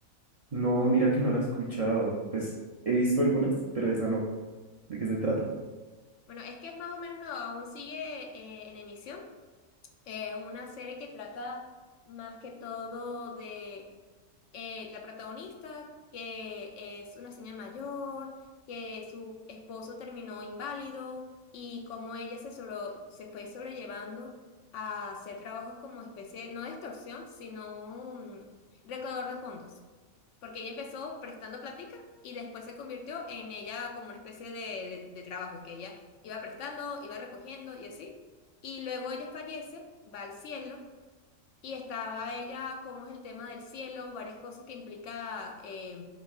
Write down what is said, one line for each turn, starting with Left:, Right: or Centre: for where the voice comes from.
Right: No, mira que no la he escuchado. Pues he visto algunas, pero esa no. ¿De qué se trata?
Left: Bueno, es que es más o menos, no, aún sigue eh, en emisión. Es una serie que trata más que todo de eh, la protagonista, que es una señora mayor, que su esposo terminó inválido y cómo ella se, solo se fue sobrellevando a hacer trabajos como especie, no de extorsión, sino mm, recaudador de fondos. Porque ella empezó prestando plática y después se convirtió en ella como una especie de, de de trabajo, en que ella iba prestando, iba recogiendo y así. Y luego ella fallece, va al cielo, y estaba ella, cómo es el tema del cielo, varias cosas que implica eh,